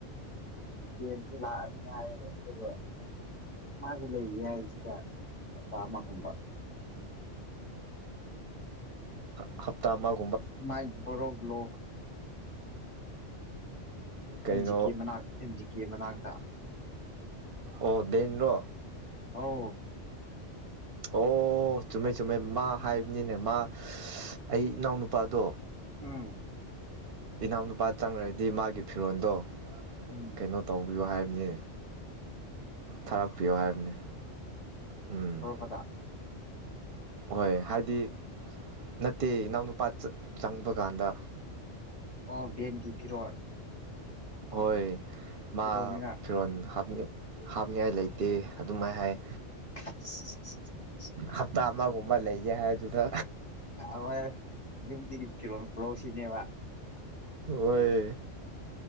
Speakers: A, on the left (about 25°); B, on the right (about 55°).
A: ꯌꯦꯟꯁꯦ ꯂꯥꯛ ꯑꯅꯤ ꯍꯥꯏ ꯑꯗꯨꯒ ꯃꯥꯁꯨ ꯂꯩꯒꯦ ꯍꯥꯏ ꯁꯤꯗ ꯍꯥꯞꯇ ꯑꯃꯒꯨꯝꯕ
B: ꯍꯞꯇꯥ ꯃꯥꯑꯣ
A: ꯃꯥꯏ ꯕꯣ ꯔꯣ ꯕꯣ ꯂꯣ
B: ꯀꯩꯅꯣ
A: ꯑꯦꯝ ꯖꯤ ꯀꯦ ꯃꯅꯥꯛ ꯑꯦꯝ ꯖꯤ ꯀꯦ ꯃꯅꯥꯛꯇ
B: ꯑꯣ ꯗꯦꯟꯔꯣ
A: ꯑꯥꯎ
B: ꯑꯣ ꯑꯣ ꯆꯨꯝꯃꯦ ꯆꯨꯝꯃꯦ ꯃꯥ ꯍꯥꯏꯕꯅꯤꯅꯦ ꯃꯥ ꯑꯩ ꯏꯅꯥꯎꯅꯨꯄꯥꯗꯣ
A: ꯎꯝ
B: ꯏꯅꯥꯎꯅꯨꯄꯥ ꯆꯪꯈ꯭ꯔꯗꯤ ꯃꯥꯒꯤ ꯐꯤꯔꯣꯜꯗꯣ
A: ꯎꯝ
B: ꯀꯩꯅꯣ ꯇꯧꯕꯤꯌꯨ ꯍꯥꯏꯕꯅꯤ ꯊꯥꯔꯛꯄꯤꯌꯣ ꯍꯥꯏꯕꯅꯤ ꯎꯝ
A: ꯊꯣꯔꯛꯄꯗ
B: ꯍꯣꯏ ꯍꯥꯏꯗꯤ ꯅꯠꯇꯦ ꯏꯅꯥꯎꯅꯨꯄꯥ ꯆꯪꯕ ꯀꯥꯟꯗ
A: ꯑꯣ ꯚꯦꯟꯒꯤ ꯄꯤꯔꯣꯜ
B: ꯍꯣꯏ ꯃꯥ
A: ꯀꯩꯗꯧꯅꯤꯅ
B: ꯐꯤꯔꯣꯟ ꯍꯥꯞ ꯍꯥꯞꯅꯤꯉꯥꯏ ꯂꯩꯇꯦ ꯑꯗꯨꯃꯥꯏ ꯍꯥꯏꯌꯦ
A: ꯈꯦꯠꯁ ꯏꯁ ꯏꯁ
B: ꯍꯞꯇꯥ ꯑꯃꯒꯨꯝꯕ ꯂꯩꯒꯦ ꯍꯥꯏꯕꯗꯨꯗ
A: ꯍꯍꯣꯏ ꯌꯨꯝꯒꯤ ꯐꯤꯔꯣꯜ ꯄꯨꯔꯧꯁꯤꯅꯦꯕ
B: ꯍꯣꯏ